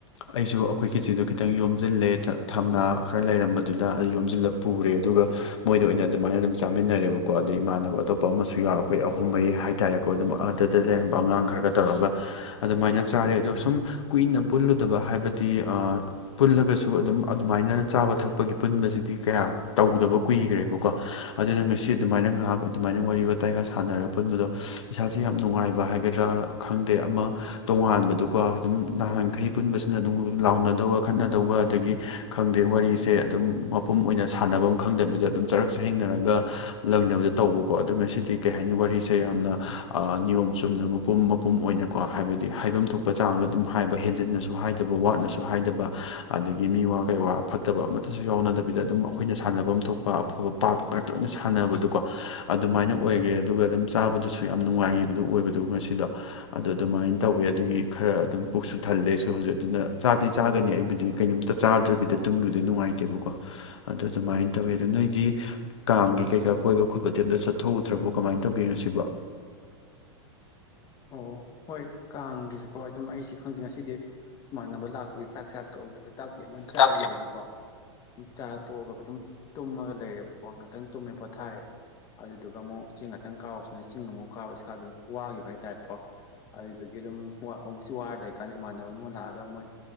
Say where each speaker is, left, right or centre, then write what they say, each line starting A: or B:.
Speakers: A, on the left; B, on the left.
A: ꯑꯩꯁꯨ ꯑꯩꯈꯣꯏ ꯀꯆꯤꯗꯨ ꯈꯤꯇꯪ ꯌꯣꯝꯁꯤꯜꯂꯦ ꯊꯝꯅꯥ ꯈꯔ ꯂꯩꯔꯝꯕꯗꯨꯗ ꯑꯗꯨ ꯌꯣꯝꯁꯤꯜꯂ ꯄꯨꯔꯦ ꯑꯗꯨꯒ ꯃꯣꯏꯗ ꯑꯣꯏꯅ ꯑꯗꯨꯃꯥꯏꯅ ꯑꯗꯨꯝ ꯆꯥꯃꯤꯟꯅꯔꯦꯕꯀꯣ ꯑꯗꯩ ꯏꯃꯥꯟꯅꯕ ꯑꯇꯣꯞꯄ ꯑꯃꯁꯨ ꯌꯥꯎ ꯑꯩꯈꯣꯏ ꯑꯍꯨꯝ ꯃꯔꯤ ꯍꯥꯏ ꯍꯥꯏꯇꯥꯔꯦꯀꯣ ꯑꯗꯨꯝ ꯑꯗꯨꯗ ꯂꯩꯔꯝꯕ ꯑꯉꯥꯡ ꯈꯔꯒ ꯇꯧꯔꯒ ꯑꯗꯨꯃꯥꯏꯅ ꯆꯥꯔꯦ ꯑꯗꯣ ꯁꯨꯝ ꯀꯨꯏꯅ ꯄꯨꯜꯂꯨꯗꯕ ꯍꯥꯏꯕꯗꯤ ꯄꯨꯜꯂꯒꯁꯨ ꯑꯗꯨꯝ ꯑꯗꯨꯃꯥꯏꯅ ꯆꯥꯕ ꯊꯛꯄꯒꯤ ꯄꯨꯟꯕꯁꯤꯗꯤ ꯀꯌꯥ ꯇꯧꯗꯕ ꯀꯨꯏꯈ꯭ꯔꯦꯕꯀꯣ ꯑꯗꯨꯅ ꯉꯁꯤ ꯑꯗꯨꯃꯥꯏꯅ ꯉꯥꯏꯍꯥꯛ ꯑꯗꯨꯃꯥꯏꯅ ꯋꯥꯔꯤ ꯋꯥꯇꯥꯏꯒ ꯁꯥꯟꯅꯔꯛꯄ ꯑꯄꯨꯟꯕꯗꯣ ꯏꯁꯥꯁꯦ ꯌꯥꯝ ꯅꯨꯡꯉꯥꯏꯕ ꯍꯥꯏꯒꯗ꯭ꯔꯥ ꯈꯪꯗꯦ ꯑꯃ ꯇꯣꯉꯥꯟꯕꯗꯣꯀꯣ ꯑꯗꯨꯝ ꯅꯍꯥꯟꯈꯩ ꯄꯨꯟꯕꯁꯤꯅ ꯑꯗꯨꯝ ꯂꯥꯎꯅꯗꯧꯕ ꯋꯥꯈꯠꯅꯗꯧꯕ ꯑꯗꯒꯤ ꯈꯪꯗꯦ ꯋꯥꯔꯤꯁꯦ ꯑꯗꯨꯝ ꯃꯄꯨꯝ ꯑꯣꯏꯅ ꯁꯥꯟꯅꯕ ꯑꯃ ꯈꯪꯗꯕꯤꯗ ꯑꯗꯨꯝ ꯆꯔꯛ ꯆꯍꯦꯡꯅꯔꯒ ꯂꯣꯏꯅꯕꯗ ꯇꯧꯕꯀꯣ ꯑꯗꯨ ꯉꯁꯤꯗꯤ ꯀꯩ ꯍꯥꯏꯅꯤ ꯋꯥꯔꯤꯁꯦ ꯌꯥꯝꯅ ꯅꯤꯌꯣꯝ ꯆꯨꯝꯅ ꯄꯨꯝ ꯃꯄꯨꯝ ꯑꯣꯏꯅꯀꯣ ꯍꯥꯏꯕꯗꯤ ꯍꯥꯏꯐꯝ ꯊꯣꯛꯄ ꯆꯥꯡꯗ ꯑꯗꯨꯝ ꯍꯥꯏꯕ ꯍꯦꯟꯖꯤꯟꯅꯁꯨ ꯍꯥꯏꯗꯕ ꯋꯥꯠꯅꯁꯨ ꯍꯥꯏꯗꯕ ꯑꯗꯒꯤ ꯃꯤꯋꯥ ꯀꯩꯋꯥ ꯐꯠꯇꯕ ꯑꯃꯠꯇꯁꯨ ꯌꯥꯎꯅꯗꯕꯤꯗ ꯑꯗꯨꯝ ꯑꯩꯈꯣꯏꯅ ꯁꯥꯟꯅꯕꯝ ꯊꯣꯛꯄ ꯑꯐꯕ ꯄꯥꯔꯠ ꯇꯣꯏꯅ ꯁꯥꯟꯅꯕꯗꯣꯀꯣ ꯑꯗꯨꯃꯥꯏꯅ ꯑꯣꯏꯈ꯭ꯔꯦ ꯑꯗꯨꯒ ꯑꯗꯨꯝ ꯆꯥꯕꯗꯁꯨ ꯌꯥꯝ ꯅꯨꯡꯉꯥꯏꯈꯤꯕꯗꯨꯣ ꯑꯣꯏꯕꯗꯨ ꯉꯁꯤꯗ ꯑꯗꯨꯗ ꯑꯗꯨꯃꯥꯏꯅ ꯇꯧꯋꯤ ꯑꯗꯨꯒꯤ ꯈꯔ ꯑꯗꯨꯝ ꯄꯨꯛꯁꯨ ꯊꯜꯂꯦꯁꯨ ꯍꯧꯖꯤꯛ ꯑꯗꯨꯅ ꯆꯥꯗꯤ ꯆꯥꯒꯅꯤ ꯑꯩ ꯕꯗꯤ ꯀꯩꯅꯣꯝꯇ ꯆꯥꯗ꯭ꯔꯕꯤꯗ ꯇꯨꯡꯗꯕꯗꯤ ꯅꯨꯡꯉꯥꯏꯇꯦꯕꯀꯣ ꯑꯗꯨꯗ ꯑꯗꯨꯃꯥꯏꯅ ꯇꯧꯋꯦ ꯑꯗꯣ ꯅꯣꯏꯗꯤ ꯀꯥꯡꯒꯤ ꯀꯩꯀꯥ ꯀꯣꯏꯕ ꯈꯣꯠꯄꯗꯤ ꯑꯇ ꯆꯠꯣꯛꯎꯗ꯭ꯔꯕꯣ ꯀꯃꯥꯏꯅ ꯇꯧꯒꯦꯣ ꯁꯤꯕꯣ
B: ꯑꯣ ꯍꯣꯏ ꯀꯥꯡꯒꯤꯁꯤꯀꯣ ꯑꯗꯨꯝ ꯑꯩꯁꯤ ꯈꯪꯗꯦ ꯉꯁꯤꯗꯤ ꯏꯃꯥꯟꯅꯕ ꯂꯥꯛꯄꯒꯤ ꯆꯥꯛ ꯆꯥ ꯇꯣꯛ ꯃꯇꯝꯗ ꯆꯥꯛꯇꯣ ꯌꯥꯝꯃ ꯆꯥꯈꯤꯕꯒꯤꯀꯣ
A: ꯇꯥꯛ
B: ꯑꯗꯨꯝ ꯆꯥ ꯇꯣꯛꯑꯒ ꯑꯗꯨꯝ ꯇꯨꯝꯃꯒ ꯂꯩꯔꯦꯕꯀꯣ ꯉꯍꯥꯛꯇꯪ ꯇꯨꯝꯃꯦ ꯄꯣꯊꯥꯔꯦ ꯑꯗꯨꯗꯨꯒ ꯑꯃꯨꯛ ꯆꯤꯡ ꯉꯥꯛꯇꯪ ꯀꯥꯎꯁꯤꯅ ꯆꯤꯡ ꯑꯃꯨꯛ ꯀꯥꯎꯔ ꯏꯁꯥ ꯑꯗꯨꯝ ꯋꯥꯈꯤꯕ ꯍꯥꯏꯇꯥꯔꯦ ꯀꯣ ꯑꯗꯨꯗꯨꯒꯤ ꯑꯗꯨꯝ ꯑꯃꯨꯛꯁꯨ ꯋꯥꯔꯗ ꯑꯩꯀꯥꯟꯗ ꯏꯃꯥꯟꯅꯕ ꯑꯃ ꯂꯥꯛꯑꯒ ꯃꯣꯏ